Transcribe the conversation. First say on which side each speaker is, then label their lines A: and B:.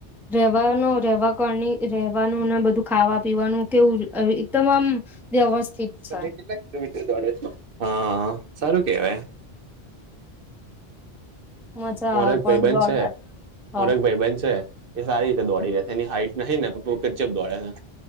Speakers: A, in the centre; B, on the right.
A: રેવાનો રેવા કરણી રહેવાનું ને બધું ખાવા પીવાનું કેવું એકદમ આમ વ્યવસ્થિત છે
B: હા તે કેટલા કિલોમીટર દોડે છે હા સારું કેવાય.
A: મજા
B: મોરાજ
A: આવે પણ
B: ભાઈબન
A: દોડવા
B: છે મોર
A: હ
B: એક ભાઈબન છે. એ સારી રીતે દોડી રહેે છે એની હાઈટ નહીં ને પરંતુ <unintelligible> દોડે છે.